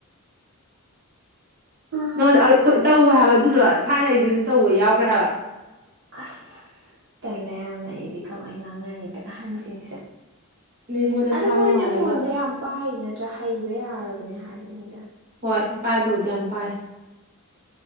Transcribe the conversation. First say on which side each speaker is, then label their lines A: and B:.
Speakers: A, on the right (about 60°); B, on the right (about 40°).
A: ꯑꯥ
B: ꯅꯉꯣꯟꯗ <unintelligible> ꯇꯧꯋꯦ ꯍꯥꯏꯕ ꯑꯗꯨꯗꯣ ꯊꯥꯏꯅ ꯑꯩꯖꯨ ꯇꯧꯕ ꯌꯥꯎꯒ꯭ꯔꯦ ꯍꯥꯏꯕ
A: ꯑꯁ ꯇꯜꯂꯦ ꯌꯥꯝꯅ ꯑꯩꯗꯤ ꯀꯃꯥꯏꯟ ꯉꯥꯡꯅꯅꯤ ꯑꯍꯟꯁꯤꯡꯁꯦ
B: ꯃꯤꯉꯣꯟꯗ
A: ꯑꯗꯣ
B: ꯊꯥꯕ
A: ꯃꯣꯏꯖꯦ
B: ꯃꯥꯜꯂꯒ
A: ꯐꯣꯟꯖꯦ ꯌꯥꯝ ꯄꯥꯏ ꯅꯠꯇ꯭ꯔ ꯍꯩꯕ ꯌꯥꯔꯕꯅꯦ ꯍꯥꯏꯕꯅꯤꯗ
B: ꯍꯣꯏ ꯄꯥꯏꯕꯕꯨꯗꯤ ꯌꯥꯝ ꯄꯥꯏ